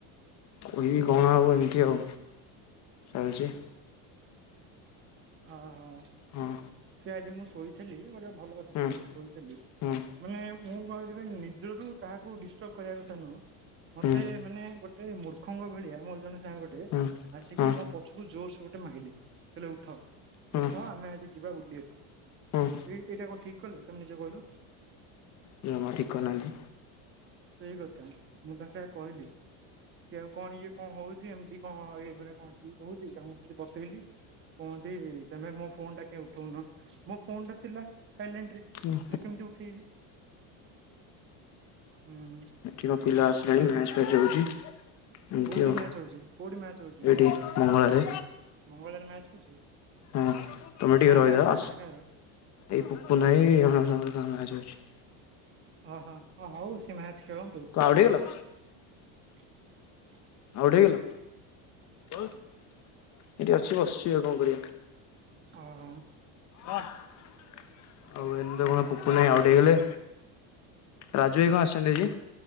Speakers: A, on the left; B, on the right.
A: କହିବି କଣ ଆଉ ଏମତିି ଆଉ ଚାଲିଛି
B: ହଁ ହଁ
A: ହଁ
B: ସେ ଆଜି ମୁଁ ଶୋଇଥିଲି ଗୋଟେ ଭଲ କଥା
A: ହୁଁ
B: ଶୁଣ ମୁଁ ଶୋଇଥିଲି
A: ହୁଁ
B: ମାନେ ମୁଁ କଣକି ନିଦରୁ କାହାକୁ ଡିଷ୍ଟର୍ବ କରିବାକଥା ନୁହଁ। ମତେ
A: ହୁଁ
B: ମାନେ ଗୋଟେ ମୂର୍ଖଙ୍କ ଭଳିଆ ମୋର ଜଣେ ସାଙ୍ଗ ଟେ
A: ହୁଁ
B: ଆସିକି
A: ହଁ
B: ମୋ ପଛକୁ ଜୋରସୋର ମାଇଲେ କହିଲେ ଉଠ,
A: ହଁ
B: ଉଠ ଆମେ ଆଜି ଯିବା ବୁଲିବାକୁ
A: ହଁ
B: ଏ ଏଇଟା କଣ ଠିକ କଲେ? ତମେ ନିଜେ କହିଲ
A: ଜମା ଠିକ କରିନାହାନ୍ତି
B: ସେଇ କଥା ମୁଁ ତାଙ୍କେ କହିଲି କି ଆଉ କଣ ଇଏ କଣ ହଉଛି? ଏମିତି କଣ ଏଗୁରା କଣ ଠିକ ହଉଛି, ମୁଁ ଏମିତି ବତେଇଲି କଣ ତମେ ମୋ ଫୋନ ଟା କେ ଉଠଉନ ମୋ ଫୋନ ଟା ଥିଲା- ଥାଇଲାଣ୍ଡରେ,
A: ହୁଁ
B: ମୁଁ କେମିତି ଉଠେଇବି? ହୁଁ
A: ଏଠିକା ପିଲା ଆସିଲାଣି ମ୍ୟାଚ ଫ୍ୟାଚ ହଉଛି। ଏମିତି
B: କୋଉଠି
A: ଆଉ
B: ମ୍ୟାଚ ହଉଛି? କୋଉଠି ମ୍ୟାଚ ହଉଛି?
A: ଏଇଠି ମଙ୍ଗଳାରେ
B: ମଙ୍ଗଳବାରେ ମ୍ୟାଚ ହଉଛି?
A: ହୁଁ ତମେ ଟିକେ
B: କାହା
A: ରହିଯାଅ
B: କାହାର
A: ଆ
B: କାହା କାହାର
A: ଏଇ ପପୁ ନାହିଁ ଆମ ଗାଁ ରେ ଅଛି।
B: ଓହୋ ହ ହଉ ସେ ମ୍ୟାଚ ଖେଳନ୍ତୁ
A: ତୁ ଆଉଟ ହେଇଗଲ?
B: <unintelligible>
A: ହେଇଗଲ ଏଠି ଅଛି ବସଛି କଣ କରିବା?
B: ହଁ ହଁ।
A: ଆଉ ଏମିତି କଣ ପୁପୁନ ଭାଇ ଆଉଟ ହେଇଗଲେ। ରାଜୁ ଭାଇ କଣ ଆସିଛନ୍ତି ଆଜି?